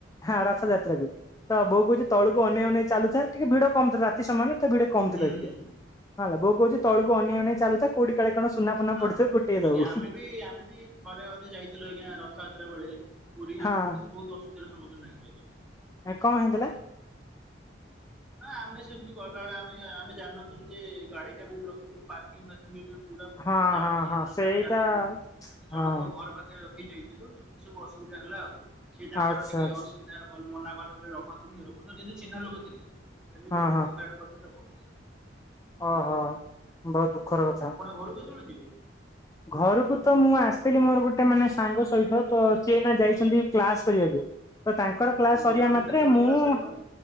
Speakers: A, on the left; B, in the centre.
A: ହଁ ରଥଯାତ୍ରାକୁ। ତ ବୋଉ କହୁଛି ତଳକୁ ଅନେଇ ଅନେଇ ଚାଲୁଥା। ଟିକେ ଭିଡ କମ ଥିଲା ରାତି ସମୟରେ। ତ ଭିଡ କମ
B: ହୁଁ
A: ଥିଲା ଟିକେ।
B: ହୁଁ
A: ହଁ ହେଲା ବୋଉ କହୁଛି ତଳକୁ
B: ଆଜ୍ଞା
A: ଅନେେଇ ଅନେଇ ଚାଲୁ ଥା। କୋଉଠି କାଳେ କଣ ସୁନା ଫୁନା
B: ହଁ।
A: ପଡିଥିବ ଗୋଟେଇ ଦବୁ।
B: ଆଞା ଆମେ ବି, ଆମେ ବି ଥରେ ଅଧେ ଯାଇଥିଲୁ ଆଜ୍ଞା ରଥଯାତ୍ରା ବେଳେ। ପୁରୀ।
A: ହଁ
B: ଆମେ ବି କିନ୍ତୁ ବହୁତ ଅସୁବିଧା ର ସମ୍ମୁଖନ ହେଉଛୁ ଆଜ୍ଞା।
A: କାଇଁ, କଣ ହେଇଥିଲା?
B: ହଁ ଆମେ ସେମିତି ଗଲାବେଳେ ଆମେ, ଆମେ ଜାଣିନଥିଲୁ ଯେ ଗାଡି ଟା କୋଉଠି ରଖିବୁ। ପାର୍କିଂ, ଫାର୍କ ପୁରୀ ଭିତରେ ପୁରା
A: ହଁ
B: ଜାମ
A: ହଁ
B: ହେଇଯାଇଥିଲା
A: ହଁ ସେଇଟା
B: ତ ଆମେ ଜାଣିନଥିଲୁ। ଆମେ
A: ହଁ
B: ଜଣଙ୍କ ଘର ପାଖରେ ର ଖି ଦେଇଥିଲୁ। ଏମିତି ସବୁ ଅସୁବିଧା ହେଲା ଆଉ। ସେ ତାଙ୍କର
A: ଆଚ୍ଛା
B: ଟିକେ
A: ଆଚ୍ଛା
B: ଅସୁବିଧା କଲେ ମନା କଲେ। କହିଲେ ରଖନ୍ତୁନି। କିନ୍ତୁ ଚିହ୍ନା ଲୋକ ଥିଲେ। ହେଲେ
A: ହଁ
B: ବି ଆମକୁ ଟିକେ ହଇରାଣ କରିଦେଲେ ଆଉ କଣ କରିଆ।
A: ହଁ ହଁ। ବହୁତ ଦୁଃଖର
B: ହଁ।
A: କଥା।
B: ଆପଣ ଘରକୁ କେତେବେଳେ ଯିବେ?
A: ଘରକୁ ତ ମୁଁ ଆସିଥିଲି ମୋର ଗୋଟେ ମାନେ ସାଙ୍ଗ ସହିତ ତ ସିଏ ଏଇନା ଯାଇଛନ୍ତି କ୍ଲାସ କରିବାକୁ। ତ ତାଙ୍କର କ୍ଲାସ
B: ଓହୋ
A: ସରିବା
B: ତାଙ୍କର
A: ମାତ୍ରେ
B: କେତେବେଳେ
A: ମୁଁ
B: କ୍ଲାସ୍ ସରିବ?